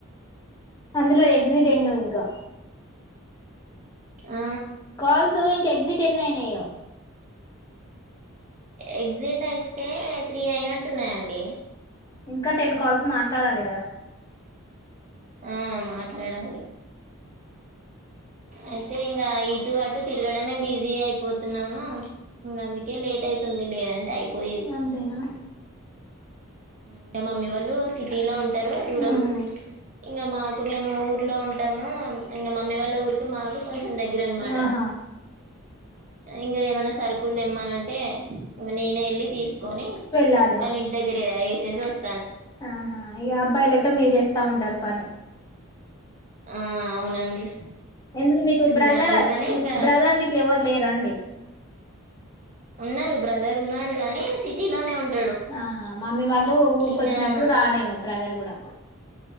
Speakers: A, on the left; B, on the right.
A: అందులో ఎగ్జిట్ ఎన్నో ఇంకా
B: ఆ
A: కాల్స్ ఇంకా ఎగ్జిట్ ఎన్ని అయినాయో
B: ఎక్జిట్ అయితే త్రీ అయినట్ ట్ ఉన్నాయండి
A: ఇం ఇంకా టెన్ కాల్స్ మాట్లాడాలి కదా
B: ఆ మామ ఎడాల అయితే ఇంకా ఇటు అటు తిరగడమే బిజీ అయిప్ పోతున్నాను ఇంకా అందుకే లేట్ అయితుంది లేదా అంటే అయిపోయేవి
A: అంతేనా
B: ఇంకా మమ్మీ వాళ్ళు సిటీ లో వుంట్ తర్వా దూరం
A: ఉహు
B: ఇంకా మాకు మేము ఊరిలో ఉంటాము ఇంకా మమ్మీ వాళ్ళ ఊరికి మాకు కొంచెం దగ్గర అన్నమాట
A: ఆహా
B: ఇంక ఏమైనా సరుకుల్ తెిమ్మనంటే నేనే ఎళ్ళి తీసుకు కొని
A: వెళ్ళాలి
B: వాళ్ళ ఇంటి దగ్గర వేస్ తెజస్
A: ఆహా ఇగ అబ్బాయిల క్ లెమ్మిదేస్ వస్తా ఉంటారు పని
B: ఆ అవునండి
A: ఎందుకు మీకు బ్రదర్
B: ఇంకా అందుకని ఇంకా
A: బ్రదర్ గిట్లా ఎవరు లేరా అండి
B: ఉన్నారు బ్రదర్ ఉన్నాడు గాని సిటీ లోనే ఉంట
A: ఆహా మమ్మీ వాళ్ళు ఊరిక
B: ఇంకా
A: వచ్చినప్పుడు రాడేమో బ్రదర్ కూడా